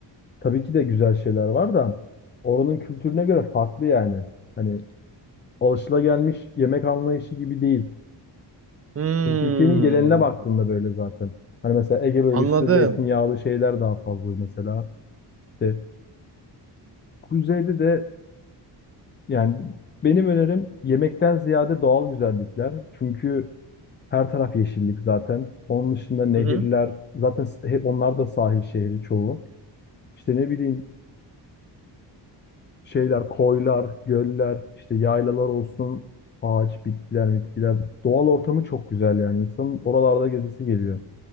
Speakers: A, on the left; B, on the right.
A: Tabii ki de güzel şeyler var da oranın kültürüne göre farklı yani. Hani alışılagelmiş yemek anlayışı gibi değil.
B: Hmm,
A: Çünkü Türkiye'nin geneline baktığında böyle zaten. Hani mesela Ege bölgesinde
B: anladım.
A: zeytinyağlı şeyler daha fazla mesela. İşte kuzeyde de Yani benim önerim yemekten ziyade doğal güzellikler. Çünkü her taraf yeşillik zaten. Onun dışında nehirler,
B: Hı hı.
A: zaten hep onlar da sahil şehri çoğu. İşte ne bileyim şeyler, koylar, göller, işte yaylalar olsun, ağaç, bitkiler, bitkiler. Doğal ortamı çok güzel yani. İnsanın oralarda gezisi geliyor.